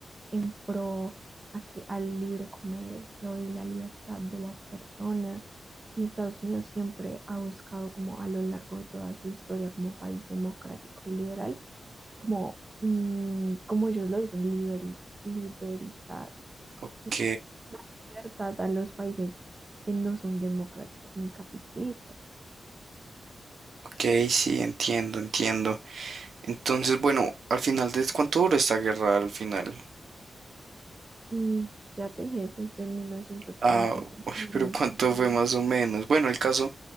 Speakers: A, on the right; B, on the right.
A: en pro a que, al libre comercio y la libertad de las personas. Y Estados Unidos siempre ha buscado como a lo largo de toda su historia como país democrático y liberal como, mm, como ellos lo dicen, liberi- liberizar,
B: Ok,
A: y dar libertad a los países que no son demócratas ni capitalistas.
B: ok, sí, entiendo, entiendo. Entonces, bueno, al final de, ¿cuánto duró esta guerra al final?
A: Mm, ya te dije, desde mil mil novecientos cuarenta
B: Ah,
A: y cinco
B: uy,
A: mil
B: pero
A: novecientos
B: ¿cuánto
A: 1990.
B: fue más o menos? Bueno, el caso.